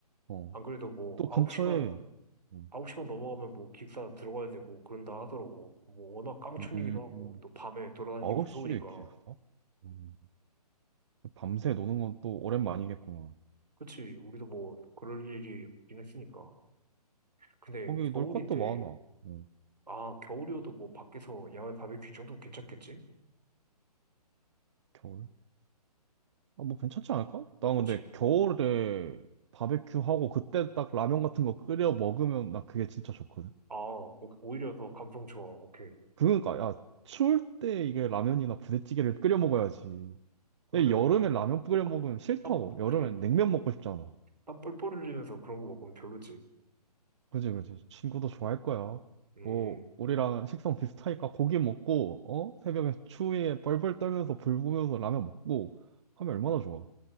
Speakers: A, on the right (about 45°); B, on the right (about 80°).
A: 어.
B: 안 그래도 뭐
A: 또 근처에,
B: 9시만
A: 음,
B: 9시만 넘어가면 뭐 기숙사 들어가야 되고 그런다 하더라고. 뭐 워낙 깡촌이기도
A: 음,
B: 하고 또 밤에 돌아다니기
A: 9시에
B: 무서우니까.
A: 기숙사? 음, 밤새 노는 건 또 오랜만이겠구나.
B: 그치 우리도 뭐 그럴 일이 없긴 했으니까. 근데
A: 거기
B: 겨울인데
A: 놀 것도 많아. 음,
B: 아 겨울이어도 뭐 밖에서 야외 바베큐 정도면 괜찮겠지?
A: 겨울? 아, 뭐 괜찮지 않을까? 나
B: 그치?
A: 근데 겨울에 바베큐 하고 그때 딱 라면 같은 거 끓여 먹으면 나 그게 진짜 좋거든.
B: 아 오- 오히려 더 감성 좋아. 오케이.
A: 그러니까, 야, 추울 때 이게 라면이나 부대찌개를 끓여 먹어야지. 근데
B: 그러네.
A: 여름에 라면 끓여
B: 땀,
A: 먹으면 싫다고.
B: 땀,
A: 여름엔
B: 그래,
A: 냉면 먹고 싶잖아.
B: 땀 뻘뻘 흘리면서 그런 거 먹으면 별로지.
A: 그지, 그지. 친구도 좋아할 거야.
B: 음,
A: 뭐, 우리랑 식성 비슷하니까 고기 먹고, 어? 새벽에 추위에 뻘뻘 떨면서 불 보면서 라면 먹고 하면 얼마나 좋아.